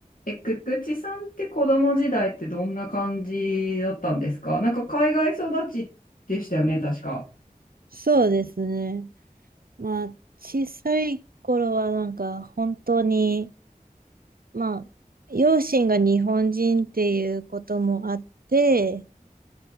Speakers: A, on the left; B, on the right.
A: え、くくちさんって子供時代ってどんな感じだったんですかなんか海外育ちでしたよね、確か。
B: そうですね。まあ、小さい頃はなんか本当に、まあ、両親が日本人っていうこともあって、